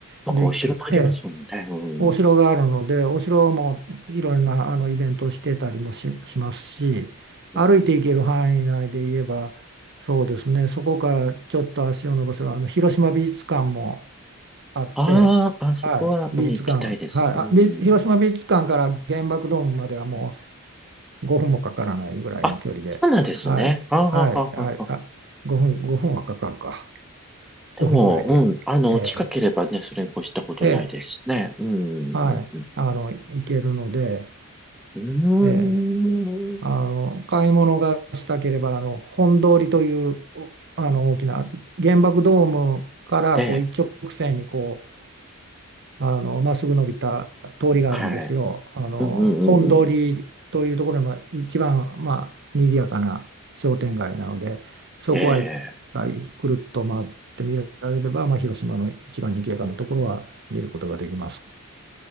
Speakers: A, in the centre; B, on the right.
A: なんかお城もありますもんね。
B: で、ええ
A: うん。
B: お城があるので、お城もいろんなあのイベントをしてたりもし、しますし、歩いて行ける範囲内で言えば、
A: うん
B: そうですね、そこからちょっと足を伸ばせば、あの広島美術館もあって、
A: あーあ、そこは、
B: はい、美術館、
A: うん、行きたいです。
B: はい、
A: うん。
B: あ、美術広島美術館から原爆ドームまではもう5分もかからないぐらいの距離で、
A: あ、そうなんですね。
B: はい、
A: あーはははは。
B: はい、はい、あ、5分、5分はかかるか、
A: でも、
B: 5分ぐらいで、
A: うん、あの、
B: え
A: 近ければね、それに越したことないですね。
B: えええ
A: うん、
B: はい、
A: うん、うん。
B: あの、行けるので、
A: うーん。
B: ええあの買い物がしたければあの本通りというおあの大きな原爆ドームからこう一直線にこう
A: ええ、
B: あのまっすぐ伸びた通りがあるんですよ。
A: はい。
B: あの本通りというところが一番、
A: うんうんうんうん。
B: まあ、賑やかな商店街なのでそこは一回くるっと回って見られれば、
A: ええ。
B: まあ、広島の一番賑やかなところは見ることができます。
A: うん